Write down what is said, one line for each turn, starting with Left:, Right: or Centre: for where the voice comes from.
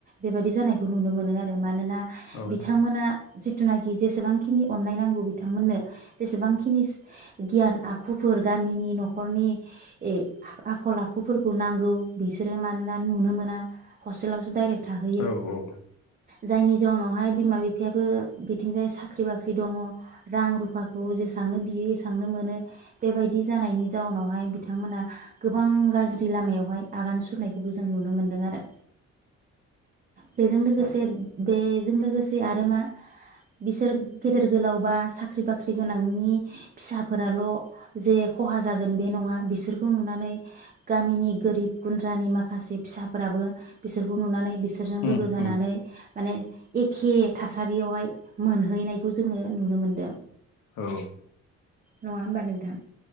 Right: बेबादि जानायखौ नुनो मोनो आरो मानोना
Left: औ
Right: बिथांमोना जे थिनाखि जेसेबांखिनि अननाय नांगौ बिथांमोननो जेसेबांखिनि गियान आखुफोर गामिनि न'खरनि ए आखल आखुफोरखौ नांगौ बिसोरो मानोना नुनो मोना हस्टेलावसो दाइरेक्ट थाहैयो
Left: औ औ
Right: जायनि जाउनावहाय बि बिमा- बिफायाबो बिथिंजाय साख्रि बाख्रि दङ'। रां रुफाख खौ जेसांनो बियो एसेबांनो मोनो बेबायदि जानायनि जाउनावहाय बिथांमोना गोबां गाज्रि लामायावहाय आगान सुरनायखौबो जों नुनो मोनदों आरो बेजों लोगोसे बेजों लोगो से आरो मा बिसोर गेदेर गोलाव बा साख्रि बाख्रि गोनांनि फिसाफोराल' जे खहा जागोन बे नङा बिसोरखौ नुनानै गामिनि गोरिब गुन्द्रानि माखासे फिसाफोराबो बिसोरखौ नुनानै बि बिसोरजों लोगो
Left: उम
Right: जानानै
Left: उम
Right: माने एक खे थासारियावहाय मोनहैनायखौ जोङो नुनो मोन
Left: औ।
Right: नङा होमबा नोंथां।